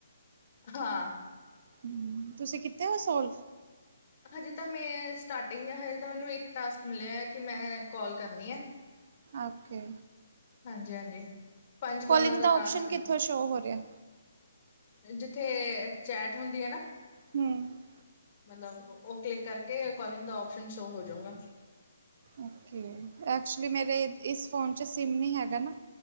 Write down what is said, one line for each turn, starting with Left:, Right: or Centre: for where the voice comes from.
Left: ਹਾਂ।
Right: ਹਮ ਤੁਸੀਂ ਕਿੱਥ ਹੋ ਸੋਲਵ?
Left: ਹਜੇ ਤਾਂ ਮੈਂ ਸਟਾਰਟਿੰਗ ਹ ਹਜੇ ਤਾਂ ਮੈਨੂੰ ਇੱਕ ਟਾਸਕ ਮਿਲਿਆ ਕਿ ਮੈਂ ਕਾਲ ਕਰਨੀ ਹੈ।
Right: ਓਕੇ।
Left: ਹਾਂਜੀ ਹਾਂਜੀ ਪੰਜ
Right: ਕੋਲਿੰਗ
Left: ਕੋਲਾਂ ਦਾ ਟਾਸਕ।
Right: ਆਪਸ਼ਨ ਕਿੱਥੋਂ ਸ਼ੋਅ ਹੋ ਰਿਹਾ
Left: ਜਿੱਥੇ ਚੈਟ ਹੁੰਦੀ ਹੈ ਨਾ
Right: ਹਮ <unintelligible>
Left: ਮਤਲਬ ਉਹ ਕਲਿੱਕ ਕਰਕੇ ਕਲਿੰਗ ਦਾ ਓਸ਼ਨ ਸ਼ੋਅ ਹੋ ਜਾਊਗਾ।
Right: ਓਕੇ ਐਕਚੁਲੀ ਮੇਰੇ ਇਸ ਫ਼ੋਨ 'ਚ ਸਿਮ ਨਹੀਂ ਹੈਗਾ ਨਾ